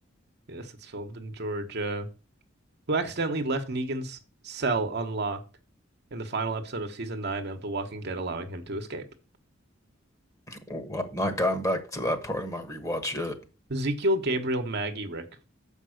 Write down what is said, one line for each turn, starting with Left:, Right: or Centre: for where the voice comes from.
Right: yes, it's filmed in Georgia. who accidentally left Negan's cell unlocked in the final episode of season nine of The Walking Dead, allowing him to escape.
Left: Well, I've not gotten back to that part of my rewatch yet.
Right: Ezekiel, Gabriel, Maggie, Rick.